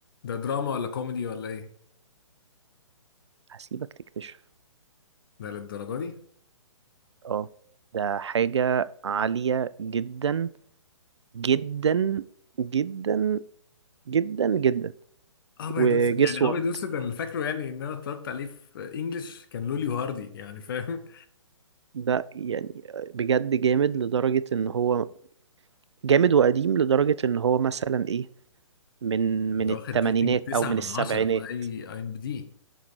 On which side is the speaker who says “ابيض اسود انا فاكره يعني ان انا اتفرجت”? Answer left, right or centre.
Left